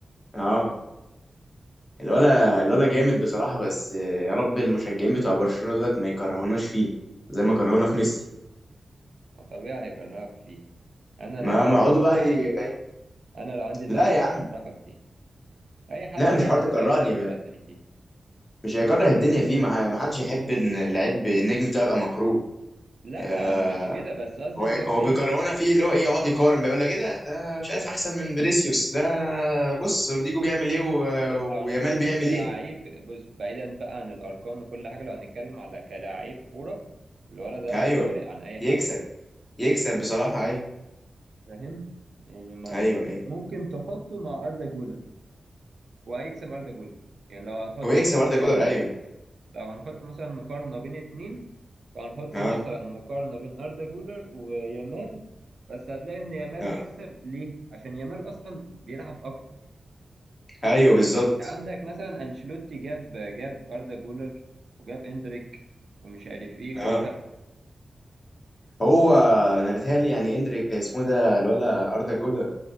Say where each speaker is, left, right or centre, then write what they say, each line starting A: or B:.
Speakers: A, on the left; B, on the right.
A: اه الولا الولا جامد بصراحه بس آه، يا رب المشجعين بتوع برشلونه دولت ما يكرهوناش فيه زي ما كرهونا في ميسي
B: ما طبيعي هيكرهك فيه انا لو
A: ما
B: عندي
A: ما يقعدوا
B: اللعيب
A: بقى ي...
B: ده انا لو عندي اللعيب
A: لا يا
B: ده
A: عم
B: هكرهك فيه اي حد
A: لا
B: هيبقى
A: مش حوار
B: عنده
A: تكرهني
B: اللعيب ده هيكرهك تاني فيه
A: مش هيكره الدنيا فيه ما ما حدش يحب ان اللعيب النجم بتاعه يبقى مكروه
B: لا
A: آه،
B: مش كده بس قصدي
A: هو
B: اللي هو
A: هو
B: ايه
A: بيكرهونا فيه اللي هو ايه يقعد يقارن بقى يقول لك ايه ده ده مش عارف احسن من فينيسيوس ده بص روديجو بيعمل ايه و-
B: لا بس لو هنتكلم
A: ويامال بيعمل
B: كلاعب
A: ايه
B: بص بعيدا بقى عن الارقام وكل حاجه لو هنتكلم على كلاعب كوره الولد ده
A: ايوه
B: فارق عن اي حد
A: يكسب يكسب
B: يكسب
A: بصراحه ايوه
B: فاهم يعني ما
A: ايوه ايوه
B: ممكن تحطه مع اردا جولر وهيكسب اردا جولر يعني لو هنحطهم
A: هو يكسب
B: في
A: اردا
B: مقارنه
A: جولر ايوه
B: لو هنحط مثلا مقارنه بين اتنين فهنحط
A: اه
B: مثلا مقارنه بين اردا جولر ويامال بس هتلاقي ان يامال
A: اه
B: هيكسب ليه عشان يامال اصلا بيلعب اكتر
A: ايوه بالظبط
B: عندك مثلا انشيلوتي جاب جاب اردا جولر وجاب اندريك ومش عارف ايه
A: اه
B: وركان
A: هو انا بيتهيألي يعني اندريك اسمه ده الولا اردا جولر